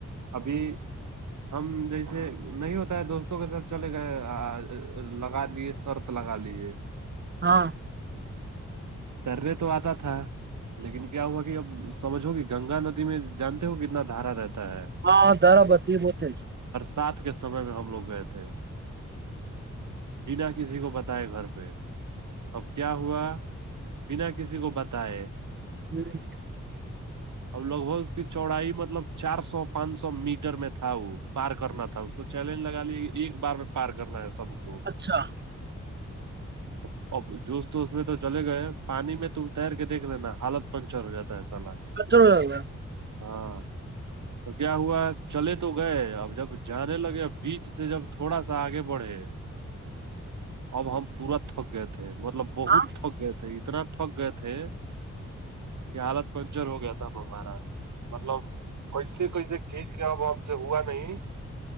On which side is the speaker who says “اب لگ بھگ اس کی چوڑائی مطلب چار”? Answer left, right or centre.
Right